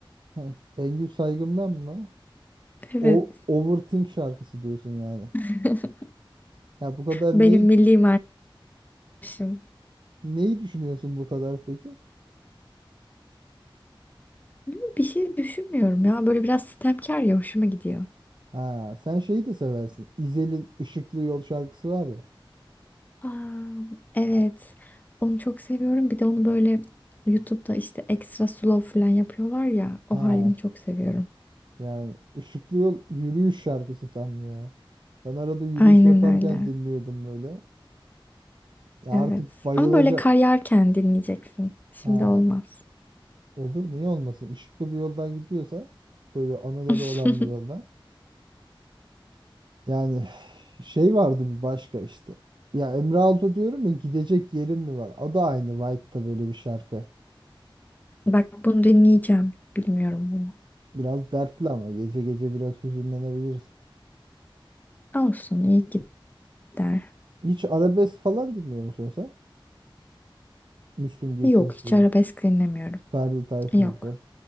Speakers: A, on the right; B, on the left.
A: Ha, Bengü Saygım'dan mı?
B: Evet.
A: O Overthink şarkısı diyorsun yani.
B: <laughs>
A: Ya bu kadar
B: Benim
A: neyi
B: milli marşım.
A: neyi düşünüyorsun bu kadar peki?
B: Yo, Bir şey düşünmüyorum ya. Böyle biraz sitemkar ya hoşuma gidiyor.
A: Ha, sen şeyi de seversin. İzel'in Işıklı Yol şarkısı var ya.
B: Aa, evet. Onu çok seviyorum. Bir de onu böyle YouTube'da işte ekstra slow falan yapıyorlar ya. O
A: Ha,
B: halini çok seviyorum.
A: yani Işıklı Yol yürüyüş şarkısı tam ya. Ben arada yürüyüş
B: Aynen
A: yaparken
B: öyle.
A: dinliyordum böyle. Ya
B: Evet.
A: artık bayılacak.
B: Ama böyle kar yağarken dinleyeceksin. Şimdi
A: Ha,
B: olmaz.
A: Olur niye olmasın? Işıklı bir yoldan gidiyorsa, böyle anıları
B: <laughs>
A: olan bir yoldan. Yani <sighs> şey vardı bir başka işte. Ya Emre Altun diyorum ya gidecek yerim mi var? O da aynı vibe'da böyle bir şarkı.
B: Bak bunu dinleyeceğim. Bilmiyorum bunu.
A: Biraz dertli ama gece gece biraz hüzünlenebilirsin.
B: Olsun iyi gider.
A: Hiç arabesk falan dinliyor musun sen? Müslüm Gürses'tir,
B: Yok hiç arabesk dinlemiyorum.
A: Ferdi Tayfur'dur.
B: Yok.